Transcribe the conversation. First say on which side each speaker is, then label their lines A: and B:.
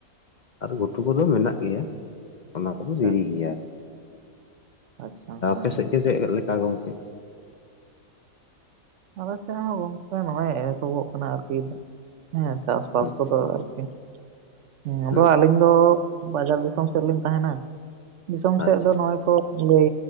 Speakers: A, on the left; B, on the right.
A: ᱟᱨ ᱜᱷᱩᱴᱩ ᱠᱚᱫᱚ ᱢᱮᱱᱟᱜ ᱜᱮᱭᱟ ᱚᱱᱟ ᱠᱚᱫᱚ
B: ᱟᱪᱪᱷᱟ
A: ᱫᱮᱨᱤ ᱜᱮᱭᱟ ᱾
B: ᱟᱪᱪᱷᱟ ᱦᱮᱸ,
A: ᱟᱯᱮ ᱥᱮᱫ ᱜᱮ ᱪᱮᱫ ᱞᱮᱠᱟ ᱜᱚᱢᱠᱮ?
B: ᱟᱞᱮ ᱥᱮᱫ ᱦᱚᱸ ᱜᱚᱝᱠᱮ ᱱᱚᱜᱼᱚᱭ ᱮᱛᱚᱵᱚᱜ ᱠᱟᱱᱟ ᱟᱨᱠᱤ, ᱦᱮᱸ ᱪᱟᱥ ᱵᱟᱥ
A: ᱦᱩᱸ
B: ᱠᱚᱫᱚ ᱟᱨᱠᱤ ᱦᱮᱸ
A: ᱦᱩᱸ
B: ᱟᱫᱚ ᱟᱹᱞᱤᱧ, ᱫᱚ ᱵᱟᱡᱟᱨ ᱫᱤᱥᱚᱢ ᱥᱮᱫ ᱨᱮᱞᱤᱧ ᱛᱟᱦᱮᱱᱟ ᱫᱤᱥᱚᱢ
A: ᱟᱪᱪᱷᱟ
B: ᱥᱮᱫ ᱫᱚ ᱱᱚᱜᱼᱚᱭ ᱠᱚ ᱞᱟᱹᱭ